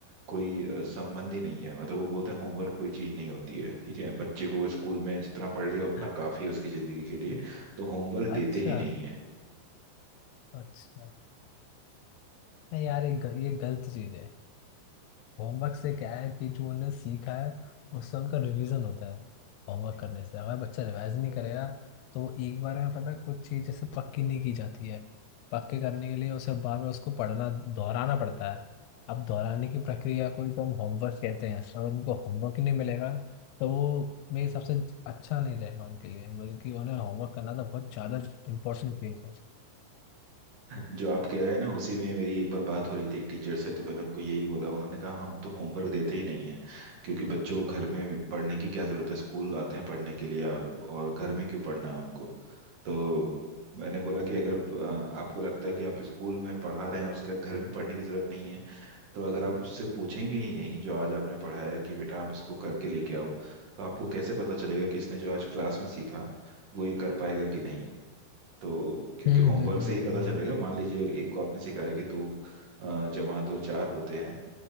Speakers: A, on the right; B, on the left.
A: कोई अ, संबंध ही नहीं है मतलब वो बोलते हैं होमवर्क कोई चीज़ नहीं होती है ठीक है बच्चे को स्कूल में जितना पढ़ लिया उतना
B: <laughs>
A: काफ़ी है उसकी ज़िंदगी के लिए तो होमवर्क
B: अच्छा
A: देते ही नहीं है
B: अच्छा नहीं यार ये ग- ये गलत चीज है होमवर्क से क्या है कि जो उन्हें सीखा है उससे उनका रिवीजन होता है होमवर्क करने से अगर बच्चा रिवाइज नहीं करेगा तो एक बार में पता है, कुछ चीज़ जैसे पक्की नहीं की जाती है पक्के करने के लिए उसे बार बार उसको पढ़ना दोहराना पड़ता है अब दोहराने की प्रक्रिया को ही तो हम होमवर्क कहते हैं अगर उनको होमवर्क ही नहीं मिलेगा तो वो मेरे हिसाब से अच्छा नहीं रहेगा उनके लिए मतलब कि उन्हें होमवर्क करना तो बहुत ज़्यादा इंपॉर्टेंट चीज़ है
A: जो आप कह रहे हैं ना उसी में मेरी एक बार बात हो रही थी एक टीचर से तो मैंने उनको यही बोला उन्होंने कहा हम तो होमवर्क देते ही नहीं है क्योंकि बच्चों को घर में पढ़ने की क्या जरूरत है स्कूल आते हैं पढ़ने के लिए और घर में क्यों पढ़ना है उनको तो मैंने बोला कि अगर अ, आपको लगता है कि आप स्कूल में पढ़ा रहे हैं उसके बाद घर में पढ़ने की जरूरत नहीं है तो अगर आप उससे पूछेंगे ही नहीं जो आज आपने पढ़ाया है कि बेटा आप इसको करके लेके आओ तो आपको कैसे पता चलेगा कि इसने जो आज क्लास में सीखा वो ये कर पाएगा कि नहीं तो क्योंकि
B: हम्म
A: होमवर्क
B: हम्म
A: से ही पता
B: हम्म
A: चलेगा मान लीजिए एक को आपने सिखाया कि दो अ, जमा दो चार होते हैं